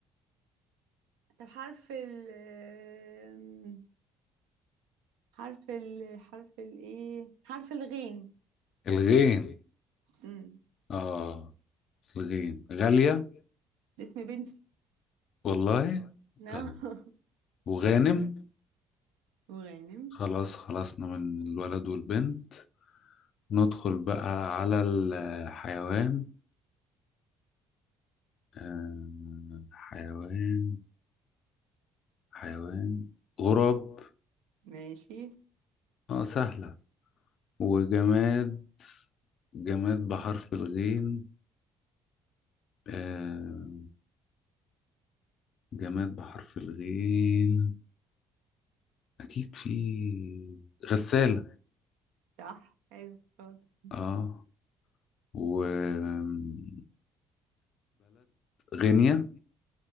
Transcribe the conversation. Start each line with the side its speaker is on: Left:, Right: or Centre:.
Right: طب حرف ال آم، حرف ال حرف ال ايه حرف الغين
Left: الغين
Right: امم
Left: اه الغين غالية
Right: اسم بنتي
Left: والله
Right: نعم
Left: طيب وغانم
Right: <laughs> وغانم
Left: خلاص خلصنا من الولد والبنت ندخل بقى على الحيوان آه، حيوان حيوان غراب
Right: ماشي
Left: اه سهلة وجماد جماد بحرف الغين آه، جماد بحرف الغين أكيد في غسالة
Right: صح حلو شاطر <laughs>
Left: اه وبلد غينيا